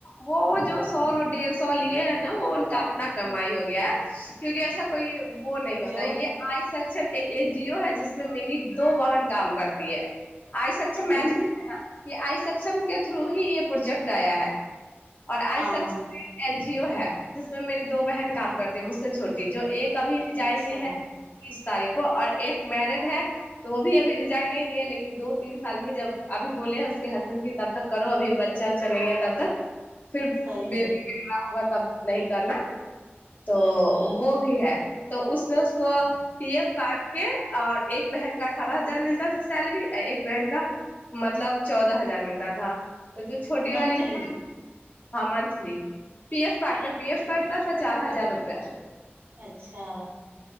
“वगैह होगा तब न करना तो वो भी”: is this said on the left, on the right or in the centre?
Left